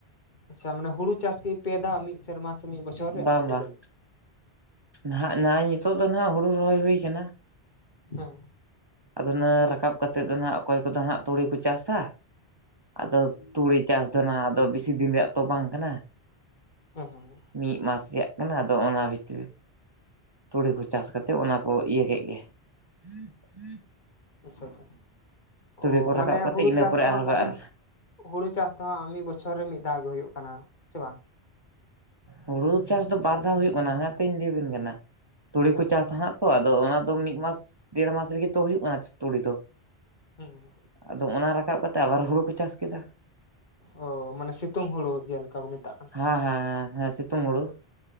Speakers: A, on the left (about 45°); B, on the right (about 25°).
A: ᱟᱪᱪᱷᱟ ᱢᱟᱱᱮ ᱦᱩᱲᱩ ᱪᱟᱥ ᱜᱮ ᱯᱮ ᱫᱷᱟᱣ ᱢᱤᱫ ᱥᱮᱨᱢᱟ ᱥᱮ ᱢᱤᱫ ᱵᱚᱪᱷᱚᱨ ᱨᱮ
B: ᱵᱟᱝ
A: ᱥᱮ
B: ᱵᱟᱝ
A: ᱪᱮᱫ ᱞᱮ?
B: ᱱᱟᱦᱟᱜ ᱱᱚᱜ-ᱚᱭ ᱱᱤᱛᱚᱜ ᱫᱚ ᱱᱟᱦᱟᱜ ᱦᱩᱲᱩ ᱨᱚᱦᱚᱭ ᱦᱩᱭ ᱠᱟᱱᱟ ᱾
A: ᱦᱮᱸ ᱾
B: ᱟᱫᱚ ᱚᱱᱟ ᱨᱟᱠᱟᱵ ᱠᱟᱛᱮᱜ ᱫᱚ ᱱᱟᱦᱟᱜ ᱚᱠᱚᱭ ᱠᱚᱫᱚ ᱦᱟᱸᱜ ᱛᱩᱲᱤ ᱠᱚ ᱪᱟᱥᱟ ᱟᱫᱚ
A: ᱟᱪᱪᱷᱟ ᱟᱪᱪᱷᱟ
B: ᱛᱩᱲᱤ ᱪᱟᱥ ᱫᱚ ᱱᱟᱦᱟᱜ ᱟᱫᱚ ᱵᱤᱥᱤ ᱫᱤᱱ ᱨᱮᱭᱟᱜ ᱛᱚ ᱵᱟᱝ ᱠᱟᱱᱟ ᱾
A: ᱦᱩᱸ ᱦᱩᱸ ᱦᱩᱸ ᱾
B: ᱢᱤᱫ ᱢᱟᱥ ᱨᱮᱭᱟᱜ ᱠᱟᱱᱟ ᱟᱫᱚ ᱚᱱᱟ ᱵᱷᱤᱛᱨᱤ ᱛᱩᱲᱤ ᱠᱚ ᱪᱟᱥ ᱠᱟᱛᱮᱫ ᱚᱱᱟ ᱠᱚ ᱤᱭᱟᱹ ᱠᱮᱜ ᱜᱮ ᱾ <inaudible>
A: ᱟᱪᱪᱷᱟ ᱟᱪᱪᱷᱟ,
B: ᱛᱩᱲᱤ
A: ᱚ
B: ᱠᱚ ᱨᱟᱠᱟᱵ
A: ᱢᱟᱱᱮ
B: ᱠᱟᱛᱮᱫ
A: ᱦᱩᱲᱩ
B: ᱤᱱᱟᱹ
A: ᱪᱟᱥ
B: ᱯᱚᱨᱮ
A: ᱫᱚ
B: ᱟᱨᱦᱚᱸ
A: ᱦᱟᱸᱜ ᱢᱟᱱᱮ
B: ᱟᱨ
A: ᱦᱩᱲᱩ ᱪᱟᱥ ᱫᱚ ᱦᱟᱸᱜ ᱢᱤᱫ ᱵᱚᱪᱷᱚᱨ ᱨᱮ ᱢᱤᱫ ᱫᱷᱟᱣ ᱜᱮ ᱦᱩᱭᱩᱜ ᱠᱟᱱᱟ ᱥᱮ ᱵᱟᱝ?
B: ᱦᱩᱲᱩ ᱪᱟᱥ ᱫᱚ ᱵᱟᱨ ᱫᱷᱟᱣ ᱦᱩᱭᱩᱜ ᱠᱟᱱᱟ ᱦᱟᱱᱮᱛᱤᱧ ᱞᱟᱹᱭᱵᱤᱱ ᱠᱟᱱᱟ, ᱛᱩᱲᱤ ᱠᱚ
A: ᱟᱪᱪᱷᱟ
B: ᱪᱟᱥᱟ ᱦᱟᱸᱜ ᱛᱚ ᱟᱫᱚ ᱚᱱᱟ ᱫᱚ ᱢᱤᱫ ᱢᱟᱥ ᱰᱮᱲ ᱢᱟᱥ ᱨᱮᱜᱮ ᱛᱚ ᱦᱩᱭᱩᱜ ᱠᱟᱱᱟ ᱛᱩᱲᱤ ᱫᱚ ᱾
A: ᱦᱩᱸ ᱾
B: ᱟᱫᱚ ᱚᱱᱟ ᱨᱟᱠᱟᱵ ᱠᱟᱛᱮ ᱟᱵᱟᱨ ᱦᱩᱲᱩ ᱠᱚ ᱪᱟᱥ ᱠᱮᱫᱟ ᱾
A: ᱚ ᱢᱟᱱᱮ ᱥᱤᱛᱩᱝ ᱦᱩᱲᱩ ᱡᱮᱞᱮᱠᱟ ᱠᱚ ᱢᱮᱛᱟᱜ ᱾
B: ᱦᱮᱸ ᱦᱮᱸ ᱦᱮᱸ ᱦᱮᱸ ᱥᱤᱛᱩᱝ ᱦᱩᱲᱩ ᱾